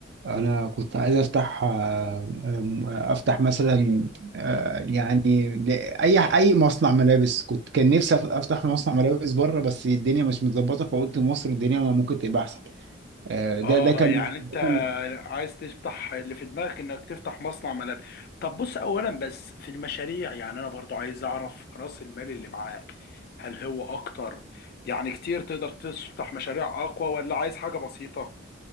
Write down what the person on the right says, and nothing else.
انا كنت عايز افتح آه، آه، افتح مثلا آه، يعني ل- اي اي مصنع ملابس كنت كان نفسي أف- افتح مصنع ملابس بره بس الدنيا مش متظبطه فقلت مصر الدنيا ممكن تبقى احسن آه، ده
ده كان
ده
كان